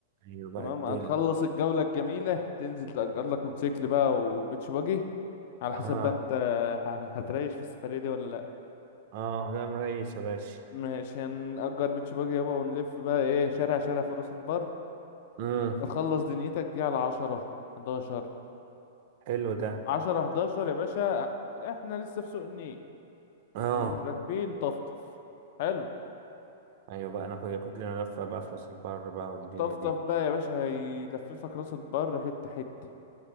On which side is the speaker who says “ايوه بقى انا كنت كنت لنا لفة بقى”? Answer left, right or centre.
Right